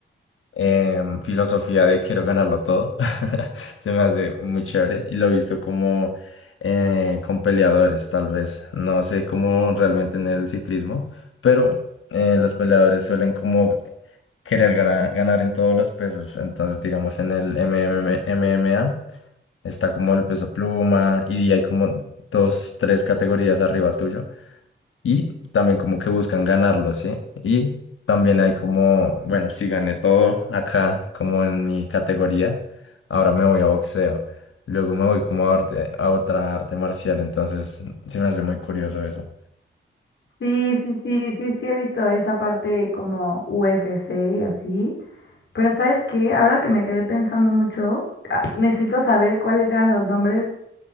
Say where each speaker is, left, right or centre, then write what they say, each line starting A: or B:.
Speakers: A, on the left (about 85°); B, on the left (about 65°).
A: em, filosofía de quiero ganarlo todo. <laughs> Se me hace muy chévere y lo he visto como eh, con peleadores, tal vez. No sé cómo realmente en el ciclismo, pero eh, los peleadores suelen como querer gana- ganar en todos los pesos. Entonces, digamos, en el m m m m a está como el peso pluma y hay como dos, tres categorías arriba tuyo y también como que buscan ganarlo, ¿sí? Y también hay como, bueno, si gané todo acá, como en mi categoría, ahora me voy a boxeo, luego me voy como a, arte- a otra arte marcial, entonces se me hace muy curioso eso.
B: Sí, sí, sí, sí, sí he visto esa parte como UFC y así, pero ¿sabes qué? Ahora que me quedé pensando mucho, ah, necesito saber cuáles eran los nombres